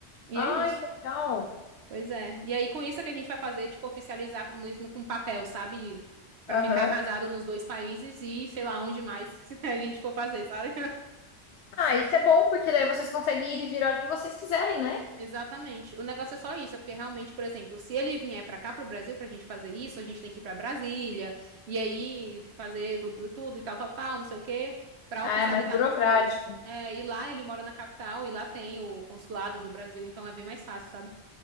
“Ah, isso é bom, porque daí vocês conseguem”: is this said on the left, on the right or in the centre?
Left